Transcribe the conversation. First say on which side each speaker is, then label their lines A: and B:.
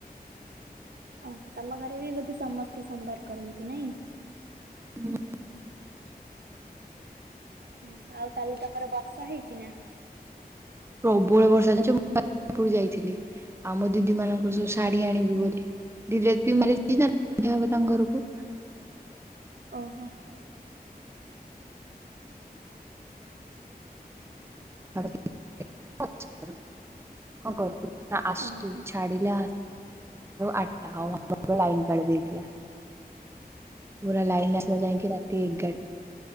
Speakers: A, on the right; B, on the right.
A: ଓହୋ ତମ ଘରେ ବି ବୋଧେ ସମସ୍ତେ ସୋମବାର କରନ୍ତି ନାଇଁ?
B: ହୁଁ।
A: <inaudible> ହ ଆଉ କାଲି ତମର ବର୍ଷା ହେଇଛି ନା।
B: ପ୍ରବଳ ବର୍ଷା ଜାଣିଛ ମୁଁ <inaudible> ଯାଇଥିଲି ଆଉ ମୋ ଦିଦି ମାନଙ୍କର ସବୁ ଶାଢୀ ଆଣିବି ବୋଲି ଦିଦି <inaudible> ନିଆହବ ତାଙ୍କ ଘରକୁ
A: ଓହୋ
B: <inaudible> <inaudible> <inaudible> ହଁ କର <inaudible> ପହଁଚିଲାବେଳେ
A: ଓହୋ।
B: ଆଠଟା ଆଉ <inaudible> ଲାଇନ କାଟି ଦେଇଥିଲା। ପୁରା ଲାଇନ ଆସିଲା ଯାଇକି ରାତି ଏଗାର